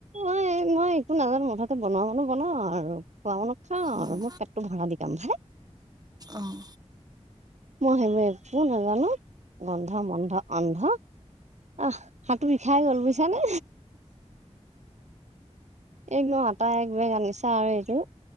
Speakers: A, on the right; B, on the right.
A: মই মই একো নাজানো মুঠতে বনোৱা মানুহ বনাও আৰু, খোৱা মানুহ খাও,
B: অঁ অঁ
A: আৰু মোৰ পেটটো ভৰা দি কাম ভাই।
B: অঁ
A: মই সেইবোৰ একো নাজানো। গন্ধ-মন্ধ, অন্ধ। আহ হাতটো বিষাই গ'ল বুজিছানে। এক ন, আটা এক বেগ আনিছা আৰু এইটো।